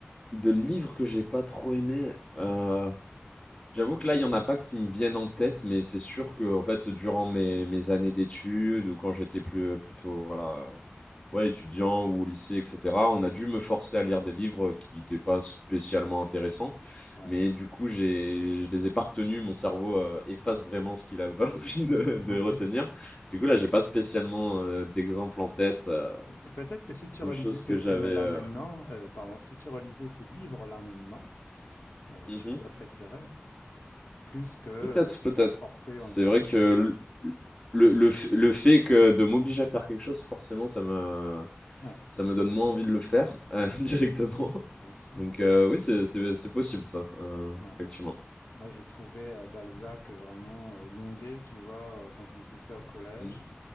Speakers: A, on the left (about 25°); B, on the left (about 80°).
A: de livres que j'ai pas trop aimés, euh,
B: Mhm.
A: j'avoue que là, il y en a pas qui me viennent en tête, mais c'est sûr que, en fait, durant mes, mes années d'études ou quand j'étais plus, euh, plutôt, voilà, euh, ouais, étudiant ou au lycée, etc., on a dû me forcer à lire des livres qui n'étaient pas spécialement intéressants.
B: Ouais.
A: Mais du coup, j'ai, je les ai pas retenus. Mon cerveau, euh, efface vraiment ce qu'il avait <laughs> envie de,
B: Mhm,
A: de retenir.
B: mhm.
A: Du coup, là, j'ai pas spécialement, euh, d'exemple en tête, euh,
B: Et et peut-être que si tu
A: de
B: relisais
A: choses
B: ces
A: que
B: films-là
A: j'avais,
B: maintenant, euh, pardon, si tu relisais ces livres-là maintenant, euh,
A: euh,
B: tu les apprécierais plus que euh,
A: Peut-être, peut-être.
B: forcé
A: C'est
B: en lycée,
A: vrai que
B: quoi.
A: le, le, le f- le fait que de m'obliger à faire quelque chose, forcément, ça me,
B: Ouais,
A: ça me donne moins envie de le faire euh, <laughs> directement.
B: bien sûr.
A: Donc euh, oui, c'est,
B: Mhm.
A: c'est, c'est possible ça, euh,
B: Ouais.
A: effectivement.
B: Moi, j'ai trouvé euh, Balzac vraiment euh, longué, tu vois, euh, quand je lisais ça au collège,
A: Mm.